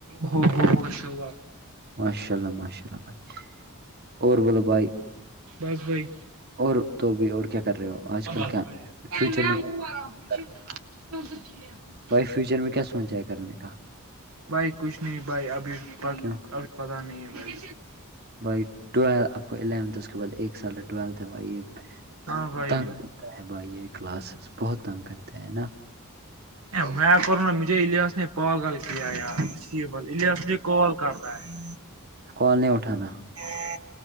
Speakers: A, on the right; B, on the right.
A: ہو ہو مش وق
B: ماشاء اللہ ماشاء اللہ بھائی اور بولو بھائی
A: بس بھائی
B: اور تو بھی اور کیا کر رہے ہو آج
A: <inaudible>
B: کل کیا فیوچر میں کیا کرنے کا بھائی فیوچر میں کیا سوچا ہے کرنے کا
A: بھائی کچھ نہیں بھائی ابھی ابھی
B: کیوں
A: پت نہیں ہے بھائی
B: بھائیٹو آپ کو اونتھ اس کے بعد ایک سال ٹویلھ ہے بھائی یہ
A: ہاں بھائی
B: طاہ بھائی یہ کلاسز بہت تنگ کرتے ہیں نا
A: ا میں کروں نا مجھے الیاس نے پگال کیا ہے یاری بات الیاس کال کر رہا ہے
B: کال نہیں اٹھانا
A: ہ